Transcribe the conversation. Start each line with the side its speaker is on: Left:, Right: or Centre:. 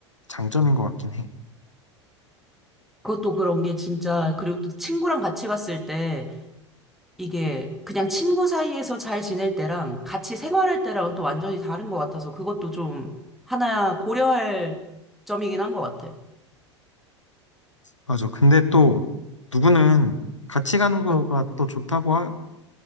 Left: 장점인 것 같긴 해.
Centre: 그것도 그런 게 진짜 그리고 또 친구랑 같이 갔을 때 이게 그냥 친구 사이에서 잘 지낼 때랑 같이 생활할 때랑은 또 완전히 다른 것 같아서 그것도 좀 하나 고려할 점이긴 한 것 같아.
Left: 맞아. 근데 또, 누구는 같이 가는 거가
Centre: 응,
Left: 또 좋다고 하,